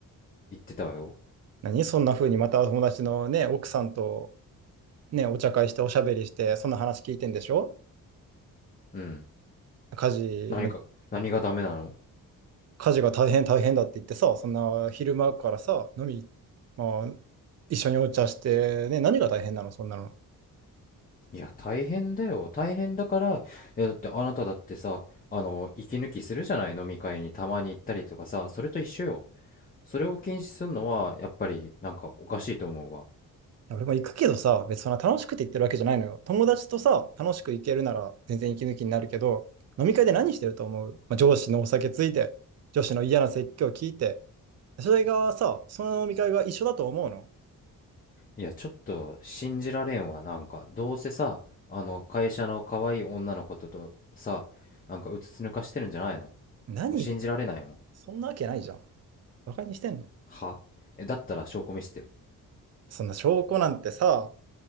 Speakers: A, on the left (about 25°); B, on the right (about 50°).
A: 言ってたわよ。
B: 何そんな風にまた友達のね、奥さんとね、お茶会しておしゃべりして、そんな話聞いてんでしょ
A: うん。
B: 家事、
A: 何か、
B: ま
A: 何がダメなの
B: 家事が大変大変だって言ってさ、そんな昼間からさ、飲み、まあ、一緒にお茶して、ね、何が大変なのそんなの。い
A: いや、大変だよ。大変だから、いや、だってあなただってさ、あの、息抜きするじゃない、飲み会にたまに行ったりとかさ、それと一緒よ。それを禁止するのは、やっぱり、なんかおかしいと思うわ。
B: や俺も行くけどさ、別にそんな楽しくて言ってるわけじゃないのよ。友達とさ、楽しく行けるなら全然息抜きになるけど、飲み会で何してると思う、まあ、上司のお酒ついて、上司の嫌な説教聞いて、それがさ、その飲み会が一緒だと思うの
A: いや、ちょっと信じられんわ、なんか。どうせさ、あの、会社の可愛い女の子ととさ、なんかうつつ抜かしてるんじゃないの
B: 何言っ
A: もう信じられないもん。
B: そんなわけないじゃん。バカにしてんの
A: はえ、だったら証拠見せてよ。
B: そんな証拠なんてさ、